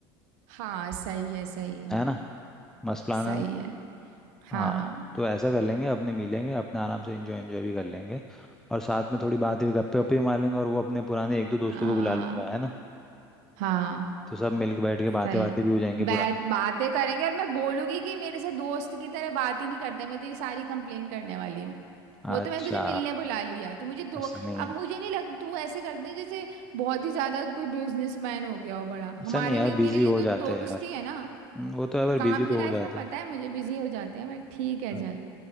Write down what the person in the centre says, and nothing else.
है ना मस्त प्लान
है
हाँ तो ऐसा कर लेंगे अपने मिलेंगे अपने आराम से एंजॉय एंजॉय भी कर लेंगे और साथ में थोड़ी बातें भी गप्पे वप्पे भी मार लेंगे और वो अपने पुराने एक दो दोस्तों
को बुला लूंगा है ना
तो सब मिलकर बैठ के बातें
बातें भी हो जाएंगी
पुरानी
अच्छा
ऐसा नहीं
है
ऐसा
नहीं यार
बिजी
हो
जाते
हैं यार
हम्म, वो तो है पर
बिजी तो
हो जाते
हैं
हम्म,